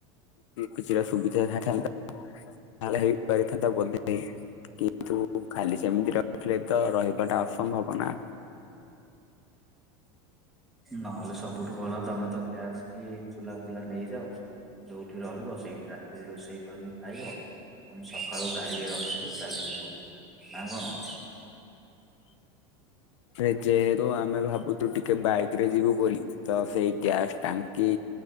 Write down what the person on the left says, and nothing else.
କିଛିଟା ସୁବିଧା ଥାନ୍ତା ତାହେଲେ ହେଇପାରିଥାନ୍ତା ବଧେ। କିନ୍ତୁ ଖାଲି ସେମିତି ରଖିଲେ ତ ରହିବାଟା ଅସମ୍ଭବ ନା।
ସେ ଯେହେତୁ ଆମେ ଭାବୁଛୁ ଟିକେ ବାଇକରେ ଯିବୁ ବୋଲି ତ ସେଇ ଗ୍ୟାସ୍ ଟାଙ୍କ କି